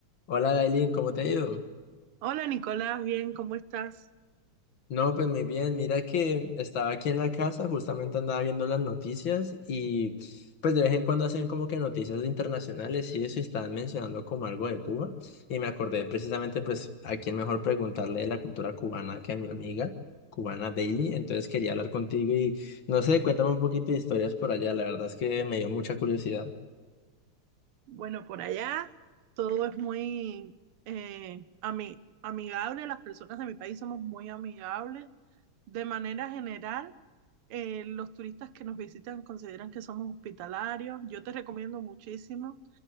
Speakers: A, on the left; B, on the right.
A: Hola, Dailin, ¿cómo te ha ido?
B: Hola Nicolás, bien, ¿cómo estás?
A: No, pues muy bien. Mira que estaba aquí en la casa, justamente andaba viendo las noticias y pues de vez en cuando hacen como que noticias internacionales y eso y estaban mencionando como algo de Cuba y me acordé precisamente pues a quién mejor preguntarle de la cultura cubana que a mi amiga cubana Daily. Entonces quería hablar contigo y no sé, cuéntame un poquito de historias por allá. La verdad es que me dio mucha curiosidad.
B: Bueno, por allá todo es muy eh, ami- amigable, las personas de mi país somos muy amigables. De manera general, eh, los turistas que nos visitan consideran que somos hospitalarios. Yo te recomiendo muchísimo.